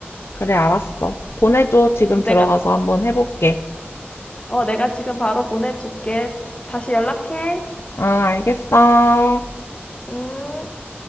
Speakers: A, on the left (about 80°); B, on the left (about 30°).
A: 그래, 알았어. 보내줘. 지금 들어가서
B: 내가,
A: 한번 해볼게.
B: 어, 내가 지금 바로 보내줄게. 다시 연락해.
A: 아, 알겠어.
B: 음.